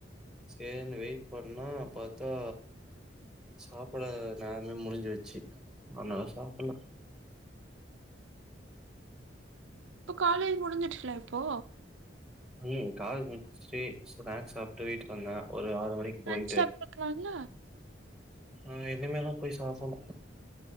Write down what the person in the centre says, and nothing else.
சேர்னு வெயிட் பண்ணா பாத்தா சாப்பட நேரமே முடிஞ்சுடுச்சு அதனால சாப்ட்ல்ல
ம் காலேஜ் முடிச்சுடு ஸ்நாக்ஸ் சாப்ட்டு வீட்டுக்கு வந்தே ஒரு ஆறு மணிக்கு
போயிட்டு
ஆ இனிமேத போய் சாப்புட்ணு